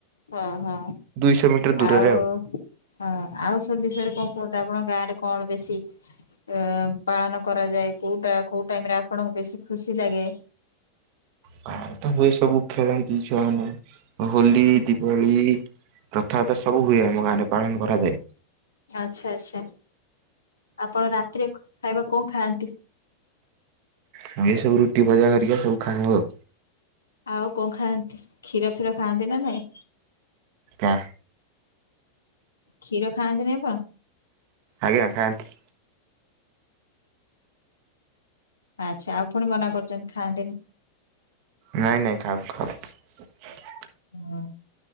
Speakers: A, on the left; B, on the right.
A: ହଁ ହଁ
B: ଦୁଇଶହ ମିଟର ଦୂରରେ
A: ଆଉ ହଁ ଆଉ ସବୁ ବିଷୟରେ କଣ କୁହନ୍ତ ଆପଣଙ୍କ ଗାଁ ରେ କଣ ବେଶୀ ଅ ପାଳନ କରାଯାଏ କୋଉଟା କୋଉ ଟାଇମ ରେ ଆପଣଙ୍କୁ ବେଶୀ ଖୁସି ଲାଗେ?
B: ପ୍ରାଏତ ହୁଏ ସବୁ ଖେଳନ୍ତି ଛୁଆମାନେ ହୋଲି ଦୀପାବଳି ରଥଯାତ୍ରା ସବୁ ହୁଏ ଆମ ଗାଁରେ ପାଳନ କରାଯାଏ।
A: ଆଚ୍ଛା ଆଚ୍ଛା। ଆପଣ ରାତିରେ କ ଖାଇବା କଣ ଖାଆନ୍ତି?
B: ମୁଁ ଏ ସବୁ ରୁଟି ଭଜା କରିକି ସବୁ ଖାଉ ଆଉ।
A: ଆଉ କଣ ଖାଆନ୍ତି କ୍ଷୀର ଫିର ଖାଆନ୍ତି ନା ନାଇଁ?
B: କା
A: କ୍ଷୀର ଖାଆନ୍ତିନି ଆପଣ?
B: ଆଜ୍ଞା ଖାଆନ୍ତି।
A: ଆଚ୍ଛା ଆଉ ପୁଣି ମନା କରୁଛନ୍ତି ଖାଆନ୍ତିନି।
B: ନାଇଁ ନାଇଁ ଖାଉ ଖାଉ
A: ହୁଁ